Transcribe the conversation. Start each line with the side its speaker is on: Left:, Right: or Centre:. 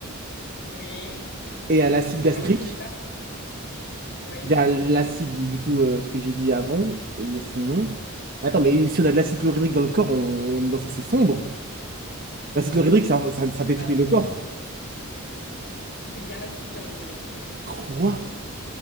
Left: Oui.
Right: et il y a l'acide
Left: Est-ce que tu
Right: gastrique.
Left: penses que c'est ça? Oui.
Right: Il y a l'acide du coup euh, ce que j'ai dit avant. Et, mais sinon, mais attends mais si on a de l'acide chlorhydrique dans le corps, on, on est censé fondre. L'acide ça, ça, ça
Left: Eh
Right: détruit
Left: ben
Right: le corps.
Left: non, c'est bien l'acide chlorhydrique.
Right: Quoi?